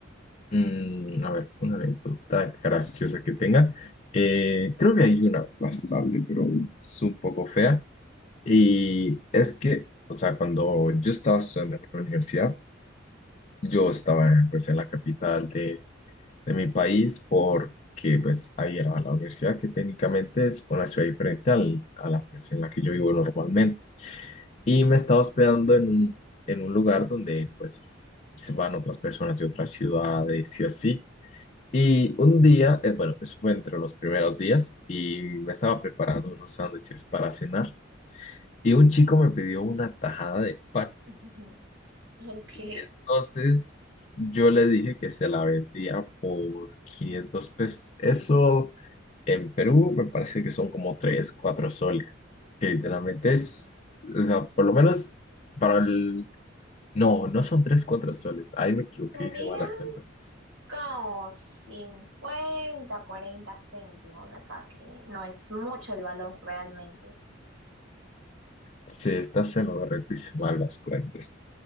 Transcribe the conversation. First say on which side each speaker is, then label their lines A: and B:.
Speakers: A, on the left; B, on the right.
A: Mm, a ver, una anécdota graciosa que tenga. Eh, creo que hay una bastante, pero es un poco fea. Y es que, o sea, cuando yo estaba estudiando en la universidad, yo estaba pues en la capital de, de mi país porque pues ahí era la universidad que técnicamente es una ciudad diferente al, a la pues, en la que yo vivo normalmente. y me estaba hospedando en un, en un lugar donde pues se van otras personas de otras ciudades y así. Y un día, eh, bueno, eso fue entre los primeros días y me estaba preparando unos sándwiches para cenar y un chico me pidió una tajada de pan.
B: <laughs> Ok.
A: Y entonces yo le dije que se la vendía por 500 pesos. Eso en Perú me parece que son como 3 4 soles, que literalmente es, o sea, por lo menos para el No, no son 3 4 soles. Ahí me equivoqué,
B: Serían
A: hice malas cuentas.
B: como 50 40 céntimos acá, que no es mucho el valor realmente.
A: Sí, estás en lo correcto, hice malas cuentas.